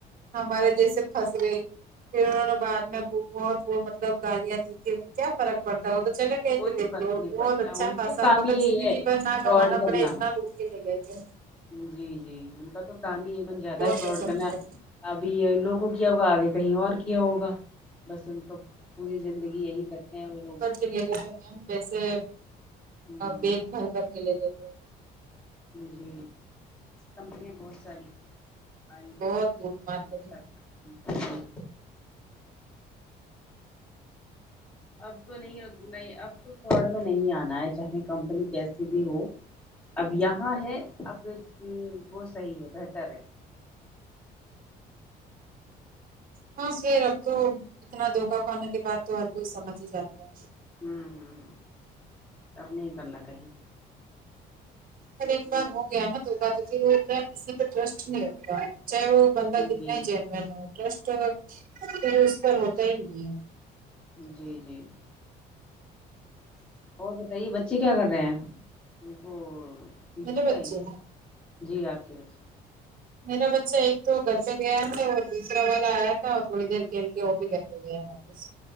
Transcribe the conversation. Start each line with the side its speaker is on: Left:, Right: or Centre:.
Right: ہمارے جیسے پھس گئے پھر انہوں نے بعد میں بہت وہ مطلب گالیاں دی تیں انیں کیا فرق پڑتا ہے وہ تو چلے
Left: کوئی فرق نہیں
Right: بہت
Left: پڑتا
Right: اچھاصا
Left: ان کا تو کام
Right: مطلب
Left: ہی یہی
Right: زندگی
Left: ہے
Right: بھر نہ
Left: فراڈ
Right: کمانا
Left: کرنا
Right: پڑے اتنا چلے گئے تھے
Left: جی جی ان کا تو کام ہی یہی بن جاتا
Right: بہت
Left: ہے فراڈ
Right: پسند
Left: کرنا
Right: تھا
Left: ابھی ان لوگ کو کیا ہوگا آگے کہیں اور کیا ہوگا بس ان کو پوری زندگی یہی کرتے ہیں وہ لوگ
Right: کلے گئے تھے میم ویسے
Left: ہ
Right: بگ بھر کر کےلے گئے تھے
Left: جی کمپنیاں بہت ساری <unintelligible>
Right: بہت لوٹ مارتے تھے
Left: اب تو نہیں نہیں اب تو فراڈ میں نہیں آنا ہے چاہے کمپنی کیسی بھی ہو اب یہاں ہے اب وہ صحیح ہے بہتر ہے
Right: ہاں سر اب تو اتنا دھوکا کھاننے کے بعد تو ہر کوئی سمجھ ہی جاتا ہے
Left: ہوں ہ اب نہیں کرنا کہیں
Right: ار ایک بار ہو گیا نا تو تو پھر وہ کیا کسی پہ ٹرسٹ نہیں ہوتا چاہے وہ بندہ کتنا
Left: جی
Right: ہی جینون ہے ٹرسٹ اس پر ہوتا ہی نہیں ہے
Left: جی جی اور بتائیے بچے کیا کر رہے ہیں تم کو ٹیوشن
Right: میرے
Left: گئے
Right: بچے
Left: گ جی آپ کے بچے
Right: میرا بچہ ایک تو گھر پہ گیا تھا اور دوسرا والا آیا تھا اور تھوڑی دیر کھیل کے وہ بھی گھر پہ ہو گیا واپس